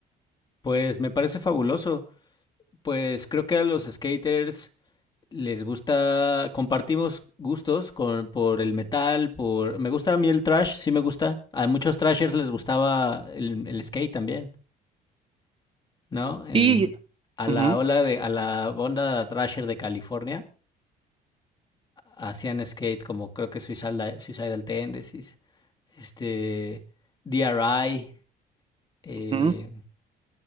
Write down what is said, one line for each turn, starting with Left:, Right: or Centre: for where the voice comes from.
Left: Pues me parece fabuloso. Pues creo que a los skaters les gusta, compartimos gustos con, por el metal, por... Me gusta a mí el trash, sí me gusta. A muchos trashers les gustaba el, el skate también. ¿no? En,
Right: Sí,
Left: a
Right: ujú,
Left: la ola de, a la onda thrasher de California, hacían skate como creo que Suicidal, Suicidal Tendencies, este, DRI, eh,
Right: ujú.